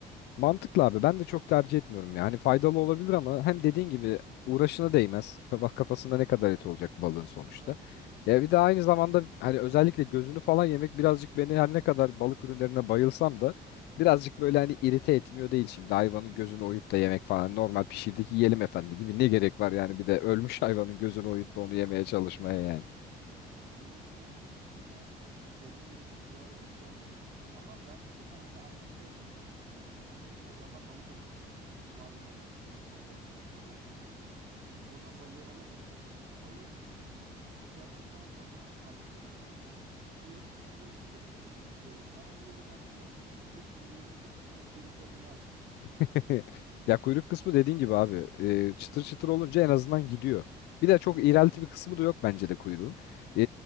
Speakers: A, on the left; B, on the right.
A: Mantıklı abi. Ben de çok tercih etmiyorum yani. faydalı olabilir ama hem dediğin gibi uğraşına değmez. Ka- Bak kafasında ne kadar et olacak balığın sonuçta.
B: Tabii canım ya
A: Ya bir de aynı
B: yani.
A: zamanda hani özellikle gözünü falan yemek birazcık beni her ne kadar balık ürünlerine bayılsam da birazcık böyle hani irite etmiyor değil şimdi. Hayvanın gözünü oyup da yemek falan hani normal pişirdik yiyelim efendi gibi ne gerek var yani
B: Ha.
A: bir de ölmüş <laughs> hayvanın gözünü oyup da onu yemeye çalışmaya yani.
B: Yani gözünü yemedim hiç. Yani şimdi hani söyleyince de çok kulağa da hoş gelmiyor. Ama ben küçükken mesela annem şey yapardı. Böyle e, pazardan balık alırdı. Cuma günleri bizim işte İzmir'de halk pazarı kurulurdu. Oradan balığı alırdı. Balığın e, kızarttıktan sonra o hamsilerin falan kuyruk kısmı böyle çıtır çıtır cips gibi olurdu. Ben onu yedim hatırlıyorum. Cips gibi böyle çıtır çıtır o kuyruklarını yerdim.
A: <laughs> Ya kuyruk kısmı dediğin gibi abi e, çıtır çıtır olunca en azından gidiyor. Bir de çok
B: Aha.
A: iğrelti bir kısmı da yok bence de kuyruğun. E,